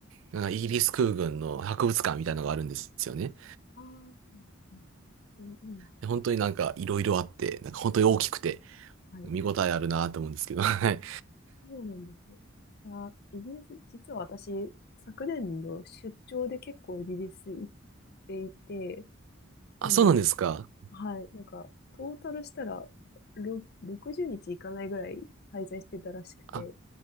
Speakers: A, on the right (about 65°); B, on the left (about 50°).
A: なんかイギリス空軍の博物館みたいなのがあるんですよね。
B: ああ、うんえいいな。
A: で本当になんかいろいろあって、なんか本当に大きくて、
B: うんはい。
A: 見応えあるなと思うんですけど、<laughs> はい。
B: そうなんです。あ、イギリス、実は私、昨年の出張で結構イギリス行っていて、
A: あ、
B: でも、
A: そうなんですか。
B: はい、なんか、トータルしたら、ろ60日行かないぐらい滞在してたらしくて、
A: あ、